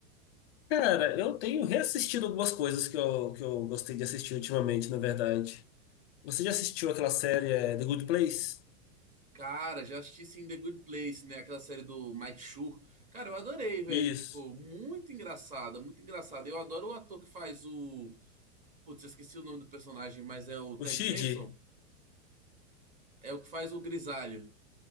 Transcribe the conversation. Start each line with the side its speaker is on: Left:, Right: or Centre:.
Left: Cara, eu tenho reassistido algumas coisas que eu, que eu gostei de assistir ultimamente, na verdade. Você já assistiu aquela série é, The Good Place?
Right: Cara, já assisti sim The Good Place, né? Aquela série do Mike Schur. Cara, eu adorei, velho.
Left: Isso.
Right: Tipo, muito engraçada, muito engraçada. Eu adoro o ator que faz o. Putz, eu esqueci o nome do personagem, mas é o
Left: O
Right: Ted
Left: Shid?
Right: Danson? É o que faz o Grisalho.